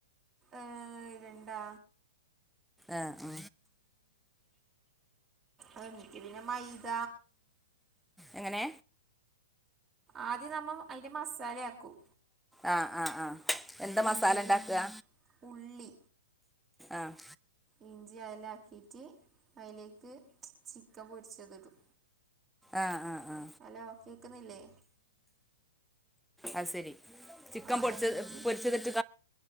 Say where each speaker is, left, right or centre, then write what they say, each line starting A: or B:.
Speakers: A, on the right; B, in the centre.
A: ഏഹ രണ്ടാ
B: ആഹ് ഉ
A: അ എനിക്ക് പിന്നെ മൈദ
B: എങ്ങനെ?
A: ആദ്യം നമ്മൾ അതിന്റെ മസാലയാക്കും
B: ആഹ് ആഹ് ആഹ എന്താ
A: ഉള്ളി
B: മസാല ഉണ്ടാക്കുക?
A: ഉള്ളി
B: ആഹ്
A: ഇഞ്ചി അതിലാക്കിയിട്ട് അതിലേക്ക് ചിക്കൻ പൊരിച്ചത്ഇടും
B: ആ ആ
A: ഹോ കേൾക്കുന്നില്ലേ?
B: അ ശരി ചിക്കൻ
A: ആ എന്നിട്ട്
B: പൊരിച്ചത് ഇട്ടു